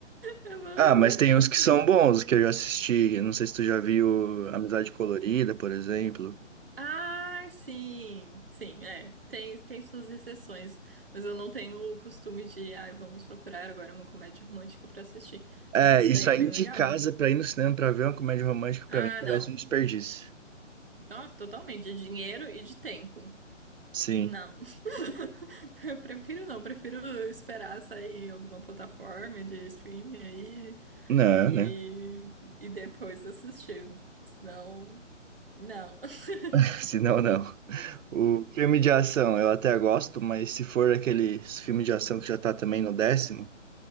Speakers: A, on the right (about 45°); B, on the right (about 85°).
A: Eu não,
B: Ah, mas
A: não
B: tem
A: consigo.
B: uns que são bons, que eu já assisti. Eu Não sei se tu já viu Amizade Colorida, por exemplo.
A: Ah, sim, sim, é. Tem, tem suas exceções, mas eu não tenho o costume de, ai, vamos procurar agora uma comédia romântica pra assistir.
B: É,
A: Mas esse
B: e
A: daí
B: sair
A: é bem
B: de
A: legal.
B: casa pra ir no cinema pra ver uma comédia romântica, pra
A: Ah,
B: mim, parece
A: não.
B: um desperdício.
A: Nossa, totalmente, de dinheiro e de tempo.
B: Sim.
A: Não. <laughs> Eu prefiro não, prefiro esperar sair em alguma plataforma de streaming aí
B: Não,
A: e,
B: né?
A: e depois assistir. Senão, não. <laughs>
B: <laughs> Se não, não. O filme de ação eu até gosto, mas se for aqueles filme de ação que já tá também no décimo,